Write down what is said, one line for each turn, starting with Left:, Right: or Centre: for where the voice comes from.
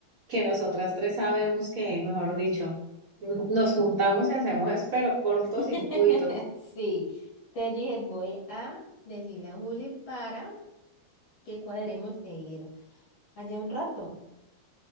Right: que nosotras tres sabemos que, mejor dicho, nos juntamos y hacemos, espero, cortocircuito.
Left: <laughs> Sí. Entonces yo dije, voy a decirle a Juli para que cuadremos e ir allá un rato.